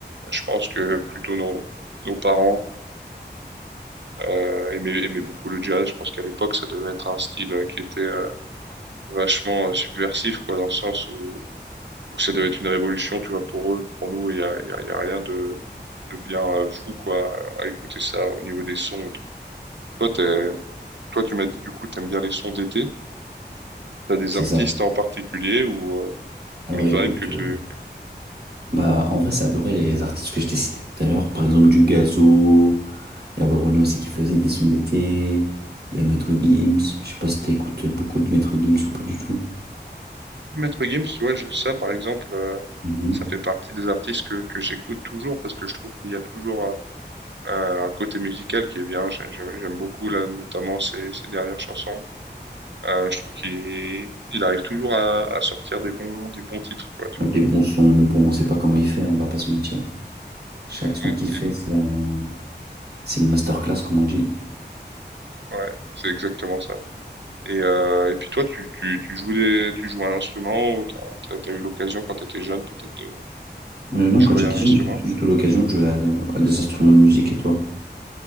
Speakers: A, on the right; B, on the right.
A: Je pense que plutôt nos, nos parents euh, aimaient, aimaient beaucoup le jazz. Je pense qu'à l'époque, ça devait être un style euh, qui était euh, vachement euh, subversif, quoi, dans le sens où, où ça devait être une révolution, tu vois, pour eux, pour nous, il y a, il y a, il y a rien de, de bien euh, fou, quoi, à écouter ça au niveau des sons et tout. Toi, t'es- toi, tu m'as dit du coup, t'aimes bien les sons d'été. T'as des
B: C'est
A: artistes
B: ça.
A: en particulier ou, euh, ou
B: Alors
A: une
B: écoute.
A: vibe que tu...
B: euh, Bah, en vrai, c'est à peu près les artistes que je t'ai cités tout à l'heure. Par exemple, du Gazo. Il y a Werenoi aussi qui faisait des sons d'été. Il y a Maître Gims. Je sais pas si t'écoutes beaucoup de Maître Gims ou pas du tout.
A: Maître Gims, tu vois, je- ça par exemple, euh,
B: Mhm.
A: ça fait partie des artistes que, que j'écoute toujours parce que je trouve qu'il y a toujours un, un- un côté musical qui est bien. J'ai- J'aime j'aime beaucoup là, notamment ses, ses dernières chansons. Euh, je trouve qu'il il arrive toujours à, à sortir des bons, des bons titres, quoi, tu
B: Des
A: vois.
B: bons sons, mais bon, on sait pas comment il fait, on va pas se mentir. Chaque son
A: Ouais,
B: qu'il fait,
A: Et-
B: c'est un... c'est une masterclass, comme on dit.
A: ouais, c'est exactement ça. Et, euh, et puis toi, tu, tu, tu joues des, tu joues un instrument ou t'as, as eu l'occasion quand t'étais jeune peut-être de
B: Mais non,
A: jouer
B: quand j'étais
A: un
B: jeune,
A: instrument.
B: j'ai pas eu du tout l'occasion de jouer à, à des instruments de musique, et toi?